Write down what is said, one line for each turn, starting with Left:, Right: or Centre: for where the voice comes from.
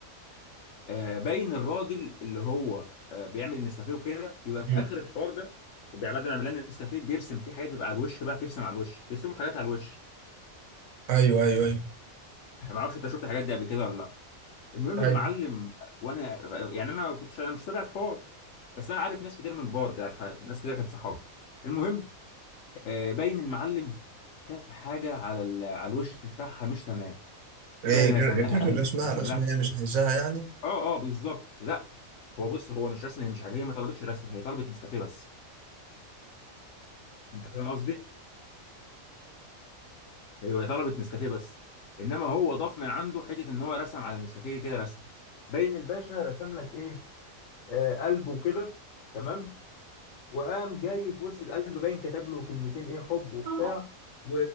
Left: آه باين الراجل اللي هو آه بيعمل النسكافيه وكده بيبقى في
Right: مم.
Left: اخر الحوار ده وبيبقى بدل ما يعمل لنا النسكافيه بيرسم فيه حاجات بيبقى على الوش بقى بيرسم على الوش بيرسموا حاجات على الوش
Right: ايوه ايوه ايوه
Left: ما اعرفش انت شفت الحاجات دي قبل كده ولا لا المهم
Right: ايوه
Left: المعلم وانا يعني انا ما كنتش انا مش تابع الحوار بس انا عارف ناس كتير من البار ده يعني ناس كتير كانت صحابي المهم آه، باين المعلم كتب حاجه على ال... على الوش بتاعها مش تمام
Right: ايه
Left: باين
Right: غير
Left: رسم لها
Right: غير
Left: قلب
Right: الرسمة
Left: رسم
Right: الرسمة
Left: لها حاجة.
Right: هي مش عايزاها يعني
Left: اه اه بالظبط لا هو بص هو مش رسم هي مش هي ما طلبتش رسم هي طلبت نسكافيه بس انت فاهم قصدي ايوه هي طلبت نسكافيه بس انما هو ضاف من عنده حته ان هو رسم على النسكافيه كده رسم باين الباشا رسم لك ايه آه قلبه كده تمام وقام جاي في وسط القلب باين كتب له كلمتين ايه حب وبتاع
Right: اه
Left: و...